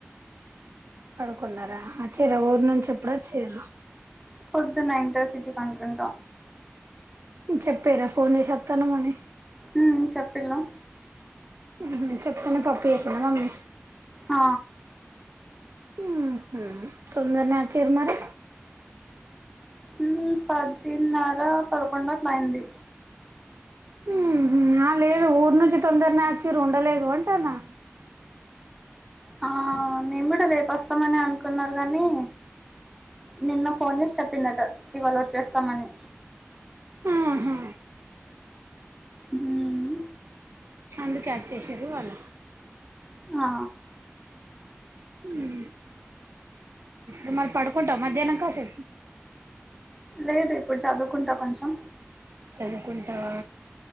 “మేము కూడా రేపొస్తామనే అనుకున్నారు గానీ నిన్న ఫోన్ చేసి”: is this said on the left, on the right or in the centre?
Centre